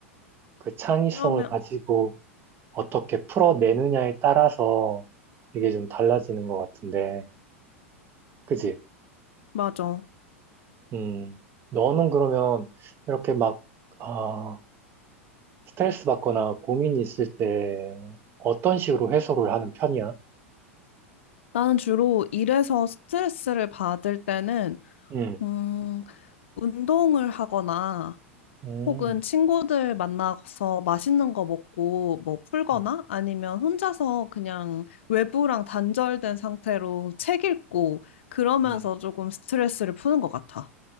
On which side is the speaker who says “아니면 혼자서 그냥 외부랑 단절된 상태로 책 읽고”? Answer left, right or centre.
Left